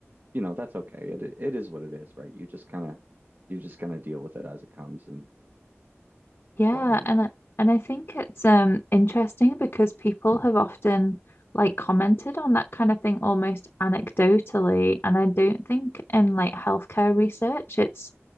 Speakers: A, on the right (about 45°); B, on the left (about 40°).
A: you know, that's okay. It it is what it is, right? You just kind of you just kind of deal with it as it comes and
B: Yeah,
A: whatnot.
B: and I- and I think it's um interesting because people have often like commented on that kind of thing almost anecdotally, and I don't think in like healthcare research it's